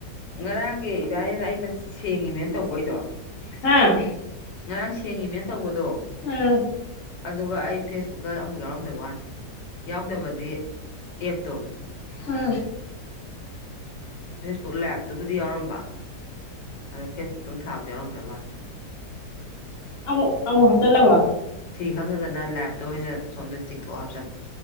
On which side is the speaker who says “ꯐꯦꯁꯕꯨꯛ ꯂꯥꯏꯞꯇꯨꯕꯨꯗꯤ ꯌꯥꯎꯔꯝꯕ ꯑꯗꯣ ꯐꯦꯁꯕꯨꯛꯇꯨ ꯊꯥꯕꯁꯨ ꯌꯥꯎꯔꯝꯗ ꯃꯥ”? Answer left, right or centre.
Left